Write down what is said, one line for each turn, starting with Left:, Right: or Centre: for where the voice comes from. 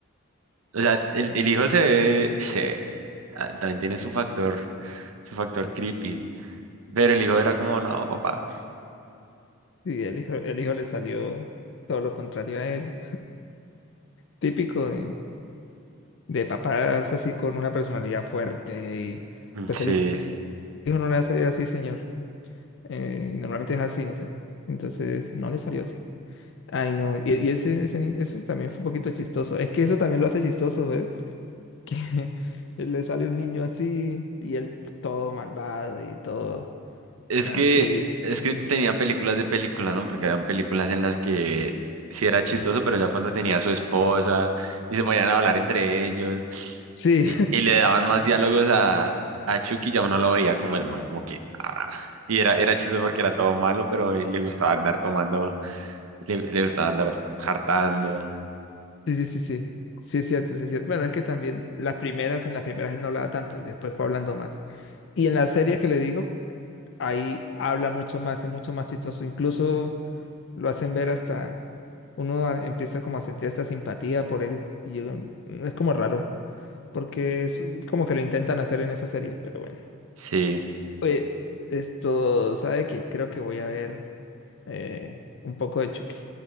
Right: O sea, el, el hijo se ve, se, ah, también tiene su factor, su factor creepy. Pero el hijo era como, no, papá.
Left: Sí, el hijo, el hijo le salió todo lo contrario a él. Típico de, de papás así con una personalidad fuerte y
Right: Mm,
Left: pues
Right: Sí.
Left: el hijo no le va a salir así, señor. Eh, y normalmente es así, no sé. Entonces no le salió así. Ay, no. Y, y ese, ese ni- eso también fue un poquito chistoso. Es que eso también lo hace chistoso, que <laughs> le sale un niño así y él t- todo malvado y todo
Right: Es
Left: así.
Right: que, es que tenía películas de películas, ¿no? Porque habían películas en las que sí era chistoso, pero ya cuando tenía a su esposa y se ponían a hablar entre ellos
Left: Sí,
Right: y, y le daban más diálogos a, a Chucky, ya uno lo veía como el mal, como que... ah. Y era, era chistoso porque era todo malo, pero le gustaba andar tomando, le, le gustaba andar hartando.
Left: <laughs> sí, sí, sí, sí. Sí es cierto, sí es cierto. Bueno, es que también las primeras, en las primeras él no hablaba tanto y después fue hablando más. Y en la serie que le digo, ahí habla mucho más, es mucho más chistoso. Incluso lo hacen ver hasta, uno a- empieza como a sentir esta simpatía por él y yo- mm, es como raro, porque es como que lo intentan hacer en esa serie, pero bueno.
Right: Sí,
Left: Oye, esto, ¿sabe qué? Creo que voy a ver. eh, un poco de Chucky.